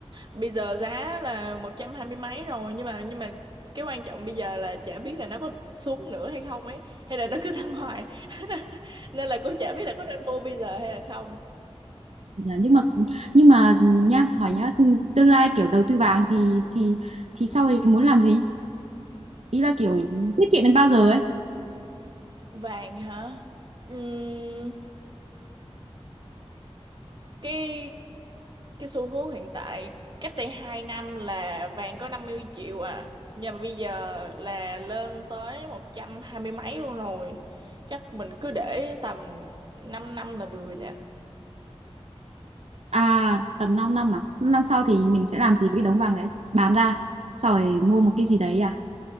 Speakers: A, on the right; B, on the right.
A: bây giờ giá là một trăm hai mươi mấy rồi nhưng mà nhưng mà cái quan trọng bây giờ là chả biết là nó có xuống nữa hay không ấy hay là nó cứ tăng hoài <laughs> nên là cũng chả biết là có nên mua bây giờ hay là không
B: Dạ, nhưng mà nhưng mà nha hỏi nhá tương lai kiểu đầu tư vàng thì thì thì sau ấy muốn làm gì ý là kiểu tiết kiệm đến bao giờ ấy
A: vàng hả Ừm, cái cái xu hướng hiện tại cách đây 2 năm là vàng có 50 triệu à nhưng mà bây giờ là lên tới 120 mấy luôn rồi chắc mình cứ để tầm 5 năm là vừa nhỉ
B: à tầm 5 năm à 5 năm sau thì mình sẽ làm gì với cái đống vàng đấy bán ra sau rồi mua một cái gì đấy à